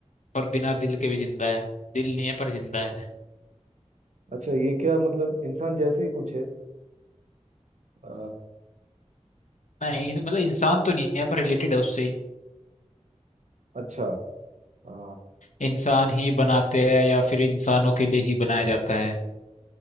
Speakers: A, on the left; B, on the right.
A: पर बिना दिल के भी जिंदा है दिल नहीं है पर जिंदा है
B: अच्छा ये क्या मतलब इंसान जैसे ही कुछ है आ,
A: नहीं तो मतलब इंसान तो नहीं है पर रिलेटेड है उससे ही
B: अच्छा आ,
A: इंसान ही बनाते हैं या फिर इंसानों के लिए ही बनाया जाता है